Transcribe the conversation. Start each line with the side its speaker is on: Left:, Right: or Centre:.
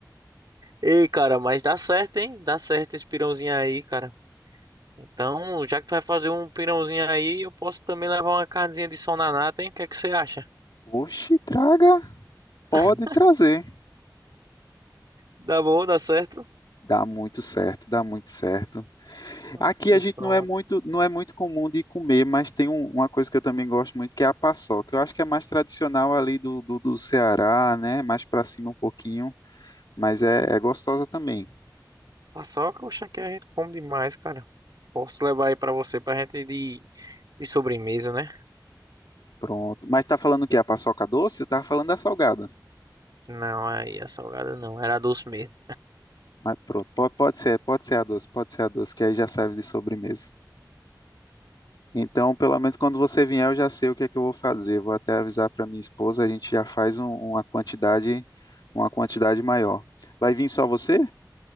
Right: Ei, cara, mas dá certo, hein? Dá certo esse pirãozinho aí, cara. Então, já que tu vai fazer um pirãozinho aí, eu posso também levar uma carnezinha de sol na nata, hein? O que é que você acha?
Left: Oxe, traga. Pode
Right: <laughs>
Left: trazer.
Right: Dá bom, dá certo?
Left: Dá muito certo, dá muito certo.
Right: Ah,
Left: Aqui
Right: pois
Left: a gente
Right: pronto.
Left: não é muito, não é muito comum de comer, mas tem um- uma coisa que eu também gosto muito, que é a paçoca. Eu acho que é mais tradicional ali do, do, do Ceará, né? Mais para cima um pouquinho, mas é, é gostosa também.
Right: Paçoca, oxe, aqui a gente come demais, cara. Posso levar aí pra você, pra gente ir de, de sobremesa, né?
Left: Pronto. Mas tá falando o quê? A paçoca doce? Eu tava falando da salgada.
Right: Não, aí a salgada não, era doce mesmo.
Left: Mas pronto, pode, pode ser, pode ser a doce, pode ser a doce, que aí já serve de sobremesa. Então, pelo menos quando você vier, eu já sei o que é que eu vou fazer. Vou até avisar para minha esposa, a gente já faz um- uma quantidade, uma quantidade maior. Vai vir só você?